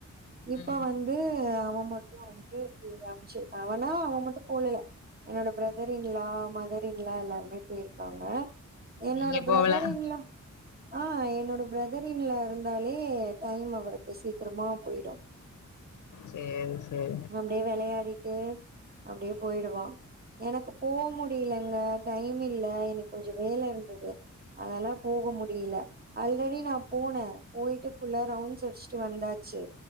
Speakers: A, on the right (about 30°); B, on the left (about 75°).
A: இப்ப
B: ம்
A: வந்து அவ மட்டும் வந்து <unintelligible> அம்ச்சி அவனா அவ மட்டு போலயா என்னோட brother in law mother in law எல்லாருாமே போயிர்காங்க என்னோட
B: நீங்க
A: பிரதர்
B: போகல
A: இன் லா ஆ என்னோட பிரதர் இன் லா இருந் ந்தாலே டைம் அவருக்கு சீக்ரமா போயிடு
B: சேரி சேரி
A: அப்டே வெளையாடிட்டு அப்டே போயிடுவா எனக்கு போ முடில அங்க டைம் இல்ல எனக்கு கொஞ்சம் வேல இருந்துது அதனால போக முடில அல்ரெடி நா போன போயிட்டு ஃபுல்லா ரவுண்ட்ஸ் அடிச்ட்டு வந்தாச்சு